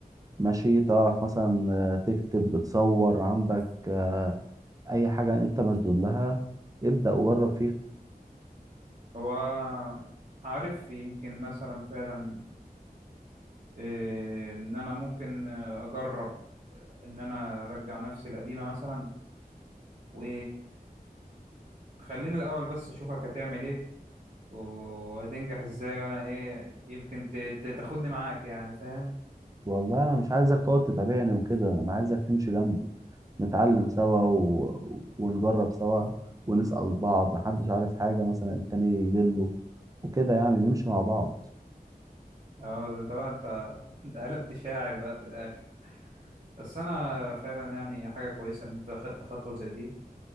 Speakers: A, on the right; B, on the right.
A: ماشي تعرف مثلا آه، تكتب بتصور عندك آه، اي حاجه انت مشدود لها ابدا وجرب فيها
B: هو عارف يمكن مثلا فعلا آه، إن أنا ممكن آه، أجرب إن أنا أرجع نفسي القديمة مثلا و خليني الأول بس أشوفك هتعمل إيه وهتنجح ازاي وانا ايه يمكن ت- ت- تاخدني معاك يعني فاهم
A: والله انا مش عايزك تقعد تتابعني وكده انا عايزك تمشي جنبي نتعلم سوا و... ونجرب سوا ونسأل بعض محدش عارف حاجه مثلا التاني يدله وكده يعني نمشي مع بعض
B: اه ده انت بقى انت <laughs> انت قلبت شاعر بقى في الاخر بس انا فعلا يعني حاجه كويسه ان انت خدت خطوه زي دي